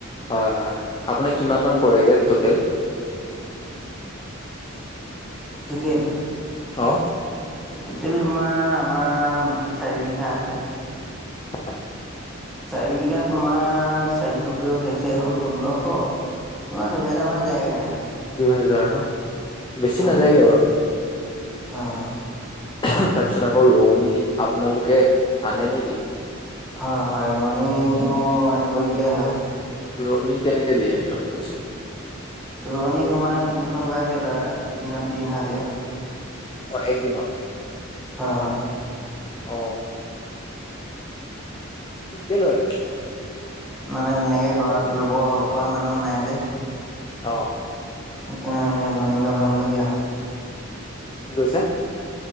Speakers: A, on the left; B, in the centre.
A: হয়, হয়, আপোনাক কিমান মান পৰেগে টোটেল?
B: টোটেল?
A: অ।
B: টোটেল তোমাৰ, আমাৰ মাটি চাৰি বিঘা আছে।
A: হয়।
B: চাৰি বিঘা তোমাৰ <unintelligible> চাৰি চাৰিগুন ষোল্লশ। তোমাৰ দুহেজাৰ মান যায়গে আৰু।
A: দুই হাজাৰ ন? বেছি
B: হয়
A: নাযায়গে বাৰু
B: হয় হয়।
A: তাৰপিছত আকৌ ৰোৱনী আপোনালোকে আনে নেকি?
B: হয় হয় ৰোৱনীটো আনিবলগীয়া হয়।
A: ৰুৱণী কেনেকে দিয়ে সিহঁতক পইচা?
B: ৰোৱনী তোমাৰ তিনিশ টকাকে লয় দিনত দিন হাজিৰা।
A: অ এক দিনত?
B: হয় হয়।
A: অ ঠিকেই লয়।
B: মানে তেনেকে ঘৰত ৰুব পৰা মানুহ নাই যে।
A: অহ।
B: সেইকাৰণে মানে ৰোৱনী লগাবলগীয়া হয়।
A: কি কৈছা?